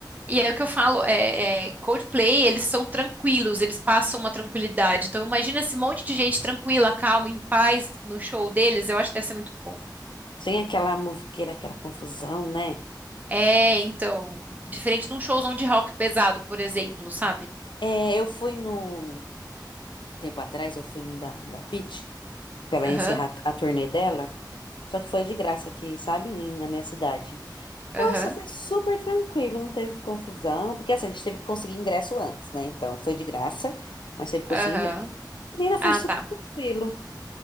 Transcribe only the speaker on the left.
Sem aquela muvuqueira, aquela confusão, né?
É, eu fui no. um Tempo atrás, eu fui no da, da Pitty, pra ela
encerrar a turnê dela. Só que foi de graça aqui, sabe? Na minha cidade.
Nossa, foi super tranquilo, não teve confusão. Porque assim, a gente teve que conseguir ingresso antes, né? Então foi de graça, mas teve que conseguir
ingresso. Menina, foi
super
tranquilo.